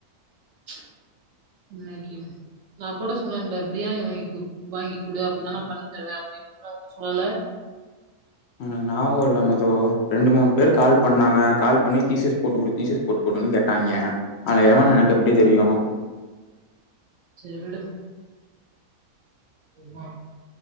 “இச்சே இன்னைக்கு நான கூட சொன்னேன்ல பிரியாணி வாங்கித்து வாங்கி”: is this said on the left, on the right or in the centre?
Right